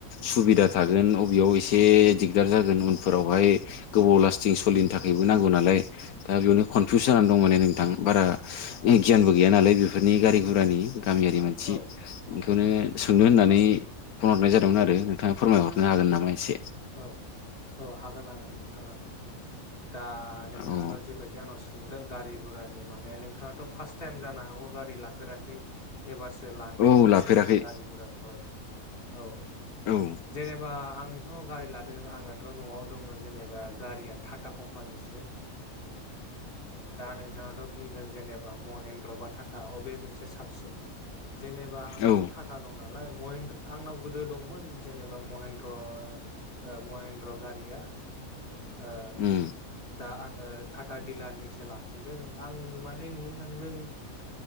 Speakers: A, on the left; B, on the left.
A: सुबिदा
B: औ
A: थागोन अबेयाव एसे दिगदार जागोन उनफोरावहाय गोबाव लास्टिं सोलिनो थाखायबो नांगौ नालाय दा बेयावनो कनफिउस जानानै दं माने नोंथां बारा गियानबो गैया नालाय बेफोरनि गारि गुरानि गामियारि मानसि
B: औ
A: बेखौनो सोंनो होननानै
B: औ
A: फन हरनाय जादोंमोन आरो नोंथाङा फोरमायहरनो हागोन नामा एसे
B: औ औ हागोन हागोन नोंथां हागोन। दा नोंथाङाथ'
A: औ
B: जेबायदि आंनाव सोंदों गारि गुरानि माने नोंथाङाथ' फार्स्ट टाइम जानो हागौ गारि लाफेराखै एबारसो लानो नागिरदों
A: औ लाफेराखै
B: जेनेबा गारि गुराखौहाय औ औ
A: औ ओं
B: जेनेबा आंथ' गारि लादों आंनाथ' न'आव दं जेनेबा गारिया टाटा कंपनीसो दा नोंथाङाथ' बुंदों जेनेबा महेन्द्र बा टाटा अबे मोनसे साबसिन। जेनेबा आंनाथ'
A: औ
B: टाटा दं नालाय महेनद आंनाव गोदो दंमोन जेनेबा महेन्द्र ओ महेन्द्र गारिया ओ
A: उम
B: दा आङो टाटा दिडिलारनिसो लाफिनदों आं माने नुनो थांदों।